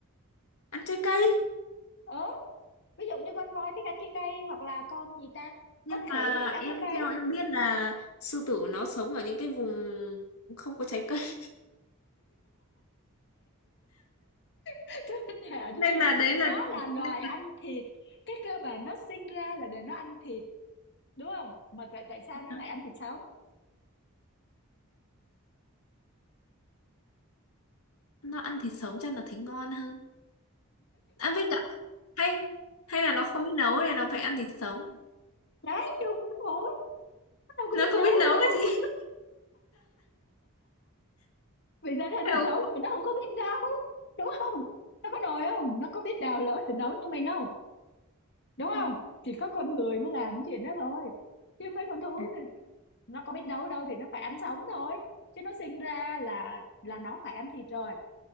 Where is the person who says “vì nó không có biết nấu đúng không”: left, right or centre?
Left